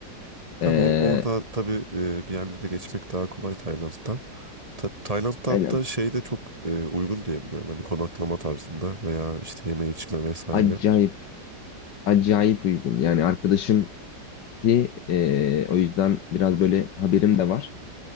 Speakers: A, on the right; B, on the left.
A: Tabii
B: Ee,
A: or- orada tabii e, bir yerlere geçmek daha kolay Tayland'dan. Ta- Tayland'da
B: aynen.
A: hatta şey de çok e, uygun diye biliyorum. Hani konaklama tarzında veya işte yeme içme vesaire.
B: Acayip, acayip uygun. Yani arkadaşım ki e, o yüzden biraz böyle haberim de var.